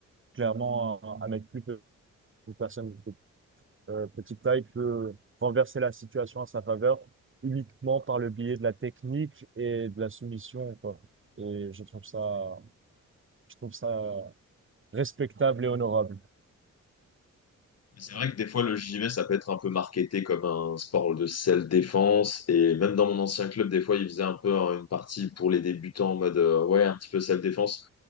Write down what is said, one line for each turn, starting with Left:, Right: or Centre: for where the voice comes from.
Right: clairement un, un mec plus pe- une personne de euh, petite taille peut renverser la situation à sa faveur uniquement par le biais de la technique et de la soumission, quoi. Et je trouve ça, je trouve ça respectable et honorable.
Left: C'est vrai que des fois, le JV, ça peut être un peu marketé comme un sport de self-défense. Et même dans mon ancien club, des fois, ils faisaient un peu hein, une partie pour les débutants en mode euh, ouais, un petit peu self-défense.